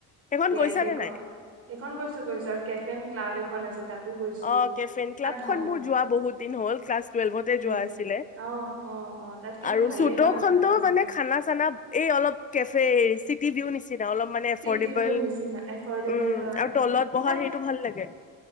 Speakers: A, on the left; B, on the right.
A: সেইখন
B: য়েছ
A: গৈছা
B: সেইখন
A: নে নাই
B: সেইখন গৈছো গৈছো আৰু কেফ এন ক্লাব এখন দুখন আছে তাত গৈছো
A: অ কেফে এন ক্লাবখন
B: ভাল
A: মোৰ
B: হয়
A: যোৱা বহুত দিন হল ক্লাছ টুৱেলভতে যোৱা
B: য়েছ
A: আছিলে
B: অ অ অ তাত কিন্তু
A: আৰু
B: ভালেই
A: চুত
B: হয়
A: খনতো
B: খানা চানা
A: মানে খানা চানা এই অলপ কেফে ৰিচিটি জিও নিছে অলপ মানে এফৰ্ডেবল
B: চিটি ভিউ নিচিনা এফৰ্ডেবল
A: উম
B: হয়
A: আৰু তলত বহা
B: তাত
A: সেইটো ভাল লাগে